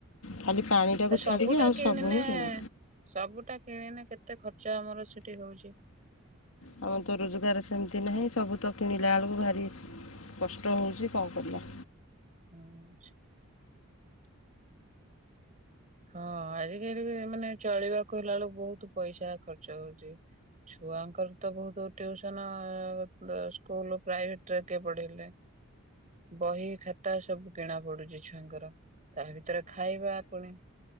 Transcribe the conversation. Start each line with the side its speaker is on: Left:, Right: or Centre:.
Left: ଖାଲି ପାଣିଟାକୁ
Right: ଆ ସବୁଟା
Left: ଛାଡ଼ିକି ଆଉ
Right: କିଣିନେ
Left: ସବୁ ହିଁ କିଣା।
Right: ସବୁଟା କିଣିନେ କେତେ ଖର୍ ଚ ଆମର ସେଠି ହଉଛି।
Left: ଆମର ତ ରୋଜଗାର ସେମିତି ନାହିଁ ସବୁ ତ କିଣିଲା ବେଳକୁ ଭାରି କଷ୍ଟ ହଉଛି କଣ କରିବା।
Right: ହୁଁଉ-ଉ‌ ଛୁ। ହଁ ଆଜିକାଲି ମାନେ ଚଳିବାକୁ ହେଲା ବେଳକୁ ବହୁତ ପଇସା ଖର୍ଚ୍ଚ ହଉଛି, ଛୁଆଙ୍କର ତ ବହୁତ ଟିଉସନ ଅ-ଅ-ଅ ସ୍କୁଲ୍ ପ୍ରାଇଭେଟରେ କିଏ ପଢେଇଲେ, ବହି ଖାତା ସବୁ କିଣା ପଡୁଛି ଛୁଆଙ୍କର। ତାହା ଭିତରେ ଖାଇବା ପୁଣି